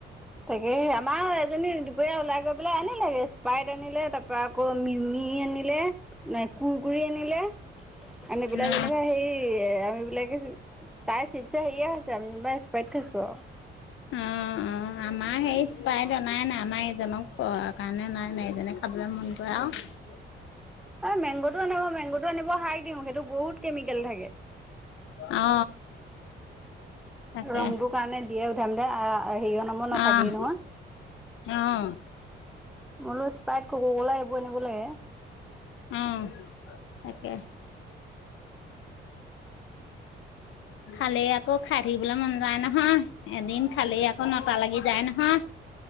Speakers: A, in the centre; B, on the left.
A: তাকে আমাৰ এজনী দুপৰীয়া ওলাই গৈ পেলাই আনি লেগে। পাইট আনিলে তাৰ পা আকৌ মিমি আনিলে নে কুৰকৰি আনিলে, আনিবিলাই
B: অ
A: যেনিবা সেই আমি বিলাকে। তাইৰ চিপছে‌‌ হেৰিয়ে খাইছে আমি যিনিবা ইছপাইট খাইছোঁ আৰু
B: অ অ অ আমাৰ সেই স্পাইট অনাই নাই আমাৰ এইজনক কাৰণে নাই অনা এইজনে খাবলৈ মন কৰে তইআও
A: অ মেংগ'টো আনিব মেংগ'টো আনিব হাই দিওঁ সেইটো বহুত কেমিকেল থাকে।
B: অ থাকে
A: ৰংটোৰ কাৰণে দিয়ে উধাই মুধাই হেৰিয়ৰ নামৰ নাথাকেই
B: আহ
A: নহয়।
B: আহ
A: মোলো স্পাইট কক কলা এইবোৰ আনিব লাগে।
B: অ তাকে খালে আকৌ খাই থাকিবলৈ মন যায় নহয়, এদিন খালেই আকৌ নটা লাগি যায় নহয়।